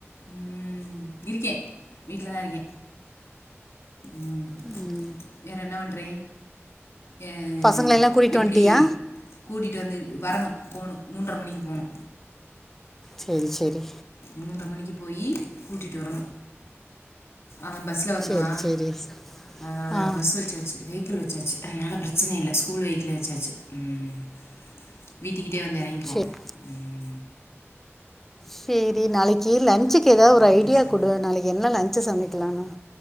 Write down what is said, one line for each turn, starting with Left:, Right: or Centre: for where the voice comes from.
Left: உம் ம் இருக்கே வீட்லதா இருக்கே ம்
Centre: உம்
Left: வேறென்ன பண்றே ஏ
Centre: பசங்களை எல்லாம் கூட்டிகிட்டு
Left: எப்பிடி
Centre: வந்துட்டியா
Left: கூட்டிட்டு வந்து வரணு போணு மூன்ர மணிக்கு போணு
Centre: செரி செரி
Left: மூன்ற மணிக்கு போயி கூட்டிட்டு வரணு அவ பஸ்சுல வந்துருவா
Centre: சரி சரி
Left: அதனால
Centre: ஆ
Left: பஸ்சு வெச்சாச்சு வெஹிக்கள் வெச்சாச்சு அதனால பிரச்சன இல்ல ஸ்கூல் வெஹிக்களே வெச்சாச்சு ம் வீட்டுக்கிட்டயே வந்து எறங்கிக்குவா
Centre: சரி
Left: ம்
Centre: சேரி நாளைக்கு லன்சுக்கு ஏதாவது
Left: என்னத்த
Centre: ஒரு ஐடியா
Left: சொல்ல
Centre: குடு நாளைக்கு என்ன லன்சு சமைக்கலானு